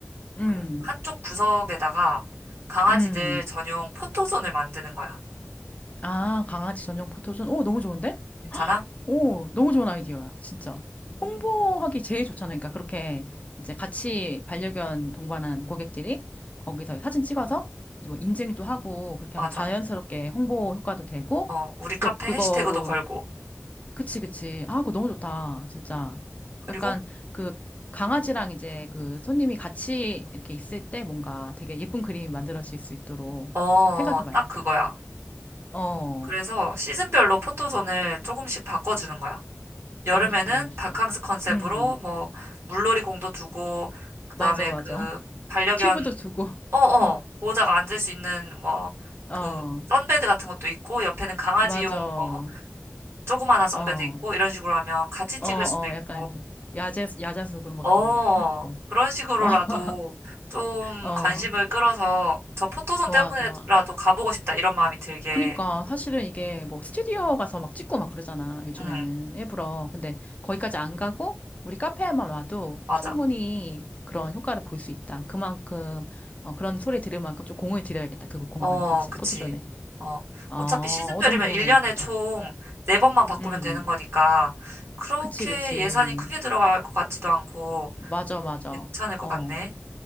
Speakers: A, on the left (about 30°); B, on the right (about 60°).
A: 음,
B: 그 한쪽 구석에다가 강아지들
A: 음.
B: 전용 포토존을 만드는 거야.
A: 아, 강아지 전용 포토존. 오, 너무 좋은데?
B: 괜찮아?
A: 오, 너무 좋은 아이디어야, 진짜.
B: 음.
A: 홍보하기 제일 좋잖아요. 그러니까 그렇게 이제 같이 반려견 동반한 고객들이 거기서 사진 찍어서 이제 뭐 인증도 하고 그렇게
B: 맞아.
A: 하면 자연스럽게 홍보 효과도 되고
B: 어, 우리 카페
A: 또 그거로
B: 해시태그도 걸고.
A: 그치, 그치. 아, 그거 너무 좋다, 진짜.
B: 그리고
A: 약간 그 강아지랑 이제 그 손님이 같이 이렇게 있을 때 뭔가 되게 예쁜 그림이 만들어질 수 있도록
B: 어, 어,
A: 생각해 봐야겠다.
B: 딱 그거야.
A: 어,
B: 그래서 시즌별로 포토존을 조금씩 바꿔주는 거야. 여름에는
A: 너무 좋다, 너무 좋다.
B: 바캉스 컨셉으로
A: 음,
B: 뭐 물놀이공도 두고 그다음에
A: 맞아, 맞아.
B: 그 반려견
A: 튜브도 두고,
B: 어어
A: <laughs>
B: 보호자가 앉을 수 있는 뭐
A: 어,
B: 그
A: 어,
B: 선베드 같은 것도 있고 옆에는 강아지용
A: 맞아. 어,
B: 뭐 조그만한 선베드
A: 어,
B: 있고 이런 식으로 하면 같이 찍을
A: 어,
B: 수도 있고
A: 약간, 야재, 야자수 그런 것도
B: 어
A: 막 이렇게 해놓고.
B: 그런 식으로라도
A: 어, <laughs>
B: 좀
A: 어,
B: 관심을 끌어서 저 포토존
A: 좋아,
B: 때문에라도
A: 좋아.
B: 가보고 싶다 이런 마음이 들게
A: 그니까, 사실은 이게 뭐 스튜디오 가서 막 찍고 막 그러잖아, 요즘에는.
B: 응어
A: 일부러. 근데 거기까지 안 가고, 우리 카페에만 와도
B: 맞아
A: 충분히 그런 효과를 볼 수 있다. 그만큼, 어, 그런 소리 들을 만큼 좀 공을 들여야겠다. 그 공간에.
B: 응어
A: 그치?
B: 그치
A: 포토존에.
B: 어
A: 어,
B: 어차피 시즌별이면
A: 어, 너무 좋은
B: 1년에
A: 아이디어다.
B: 총 4번만 바꾸면
A: 음,
B: 되는 거니까 그렇게
A: 그치, 그치.
B: 예산이 크게 들어갈 것 같지도 않고
A: 맞아, 맞아.
B: 괜찮을 것
A: 어.
B: 같네.